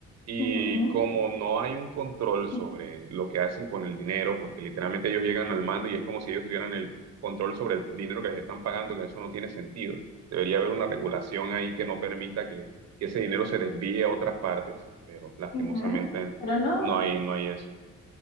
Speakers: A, on the right; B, on the left.
A: Y
B: ujú.
A: como no hay un control
B: Ujú,
A: sobre lo que hacen con el dinero, porque literalmente ellos llegan al mando y es como si ellos tuvieran el control sobre el dinero que les están pagando, que eso no tiene sentido. Debería haber una regulación ahí que no permita que que ese dinero se desvíe a otras partes, pero lastimosamente
B: ujú. Pero no,
A: no hay, no hay eso.